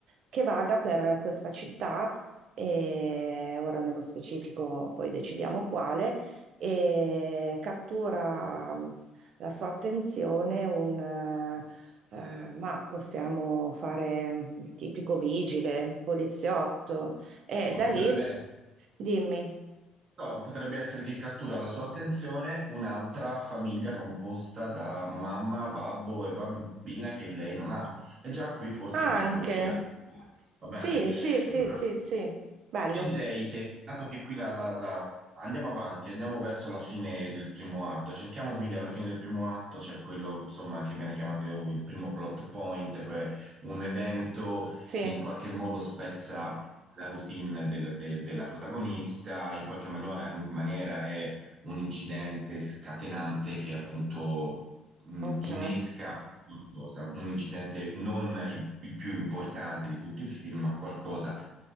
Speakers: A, on the right (about 60°); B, on the right (about 40°).
A: che vaga per questa città, e ora nello specifico poi decidiamo quale, e cattura la sua attenzione un, eh, eh, ma possiamo fare il tipico vigile, poliziotto, e
B: Ma
A: da
B: Potrebbe
A: lì, si-
B: essere.
A: dimmi,
B: No, potrebbe essere che cattura la sua attenzione un'altra famiglia composta da mamma, babbo e bambina che lei non ha. E già qui forse
A: anche,
B: possiamo riuscire a... Va
A: sì,
B: bene?
A: sì, sì,
B: Allora,
A: sì, sì, bello,
B: io direi che, dato che qui la, la- la- andiamo avanti, andiamo verso la fine del primo atto, cerchiamo quindi alla fine del primo atto, c'è quello insomma che viene chiamato il primo plot point, che è un evento
A: sì,
B: che in qualche modo spezza la routine del- del- della protagonista, in qualche maniera, maniera è un incidente scatenante che appunto mh,
A: ok,
B: innesca qualcosa, un incidente non il, il più importante di tutto il film, ma qualcosa